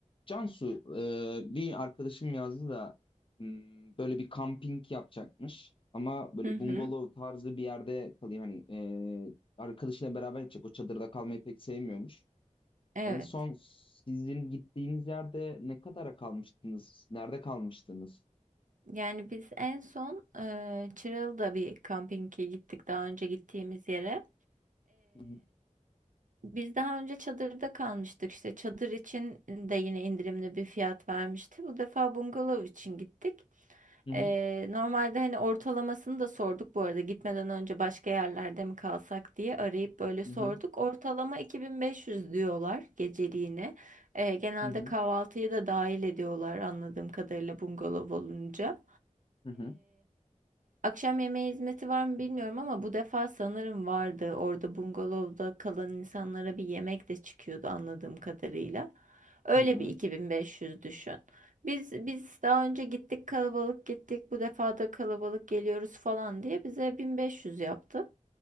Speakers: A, on the left; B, on the right.
A: Cansu, e, bir arkadaşım yazdı da m, böyle bir kamping yapacakmış ama böyle
B: Hı hı,
A: bungalov tarzı bir yerde kalıyor hani e, arkadaşıyla beraber gidecek o çadırda kalmayı pek sevmiyormuş.
B: evet.
A: En son sizin gittiğiniz yerde ne kadara kalmıştınız? Nerede kalmıştınız?
B: Yani biz en son eee Çıralı'da bir kampinge gittik daha önce gittiğimiz yere.
A: Hı
B: Biz daha önce çadırda kalmıştık işte çadır için de yine indirimli bir fiyat vermişti. Bu defa bungalov için gittik.
A: hı hı
B: Ee, normalde hani ortalamasını da sorduk bu arada gitmeden önce başka yerlerde mi kalsak diye arayıp böyle sorduk.
A: hı hı
B: Ortalama 2500 diyorlar geceliğine. Ee, genelde
A: hı
B: kahvaltıyı da dahil ediyorlar anladığım kadarıyla bungalov olunca.
A: hı hı
B: Akşam yemeği hizmeti var mı bilmiyorum ama bu defa sanırım vardı. Orada bungalovda kalan insanlara bir yemek de çıkıyordu anladığım kadarıyla. Öyle
A: hı hı.
B: bir 2500 düşün. Biz biz daha önce gittik kalabalık gittik. Bu defa da kalabalık geliyoruz falan diye bize 1500 yaptı.